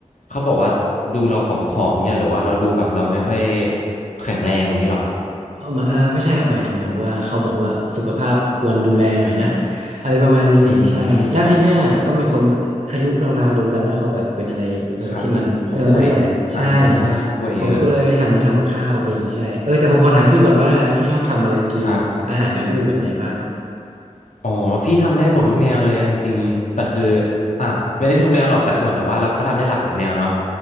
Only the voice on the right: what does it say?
เออมาเออไม่ใช่ครับหมายถึงแบบว่าเขาบอกว่าสุขภาพควรดูแลหน่อยนะอะไรประมาณนี้ใช่แล้วทีเนี้ยก็มีคนอายุราวๆเดียวกันแล้วเขาแบบเป็นอะไรเออที่มันเออนั่นแหละใช่
ผมก็เลยหันมาทำกับข้าวเองใช่เออแต่ผมขอถามพี่ก่อนว่าพี่ชอบทำอะไรกินอาหารแนวพี่เป็นแบบไหนบ้าง